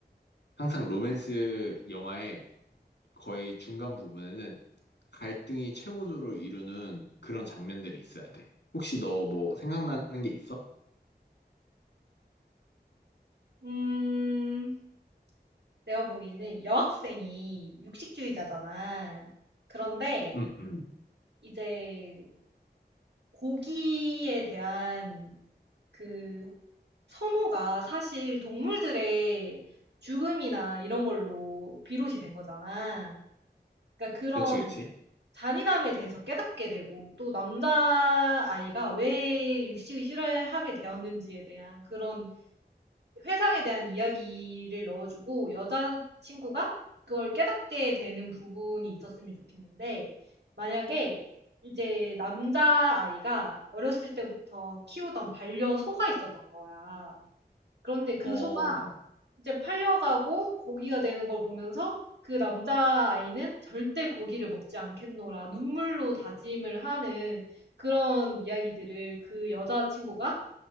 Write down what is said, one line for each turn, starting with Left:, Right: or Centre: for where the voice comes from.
Left: 항상 로맨스 영화의 거의 중간 부분에는 갈등이 최고조로 이루는 그런 장면들이 있어야 돼. 혹시 너 뭐 생각나는 게 있어?
Right: 음. 내가 보기에는 여학생이 육식주의자잖아. 그런데
Left: 응, 응.
Right: 이제 고기에 대한 그 선호가 사실 동물들의 죽음이나 이런 걸로 비롯이 된 거잖아. 그러니까 그런
Left: 그치, 그치.
Right: 잔인함에 대해서 깨닫게 되고 또 남자아이가 왜 육식을 싫어하게 되었는지에 대한 그런 회상에 대한 이야기를 넣어주고 여자친구가 그걸 깨닫게 되는 부분이 있었으면 좋겠는데 만약에 이제 남자아이가 어렸을 때부터 키우던 반려소가 있었던 거야. 그런데 그
Left: 어, 어,
Right: 소가 이제 팔려가고 고기가 되는 걸 보면서 그 남자아이는 '절대 고기를 먹지 않겠노라.' 눈물로 다짐을 하는 그런 이야기들을 그 여자친구가